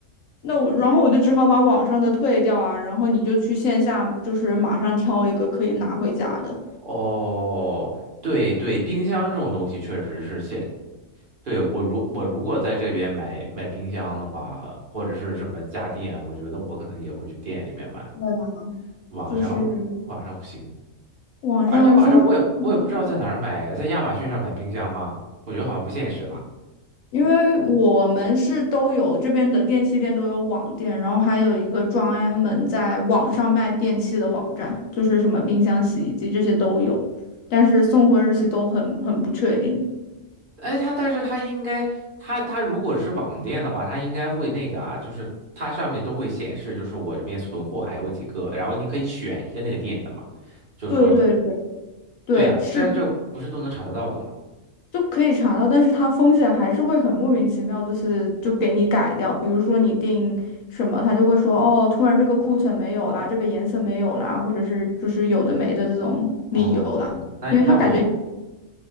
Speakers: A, on the left; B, on the right.
A: 那我然后我就只好把网上的退掉啊，然后你就去线下就是马上挑一个可以拿回家的，
B: 哦，对对，冰箱这种东西确实是现，对，我如我如果在这边买买冰箱的话，或者是什么家电，我觉得我可能也会去店里面买，
A: 对吧？
B: 网上网上不行，
A: 就是网上风。
B: 而且网上我也我也不知道在哪儿买，
A: 嗯
B: 在亚马逊上买冰箱吗？我觉得好像不现实吧。
A: 因为我们是都有这边的电器店都有网店，然后还有一个专门在网上卖电器的网站，就是什么冰箱、洗衣机这些都有，但是送货日期都很很不确定。
B: 哎，它但是它应该，它它如果是网店的话，它应该会那个啊，就是它上面都会显示，就是我这边存货还有几个，然后你可以选一个那个店的嘛，就是说它。
A: 对对对对，
B: 对啊，
A: 是
B: 这这不是都能查得到的吗？
A: 就可以查到，但是它风险还是会很莫名其妙，就是就给你改掉。比如说你定什么，他就会说哦，突然这个库存没有啦，这个颜色没有啦，或者是就是有的没的这种理由啦，
B: 哦，那那我，
A: 因为他感觉